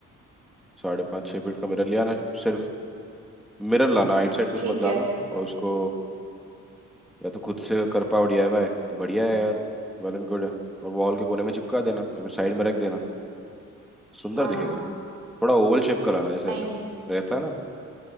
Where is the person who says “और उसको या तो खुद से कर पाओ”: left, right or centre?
Centre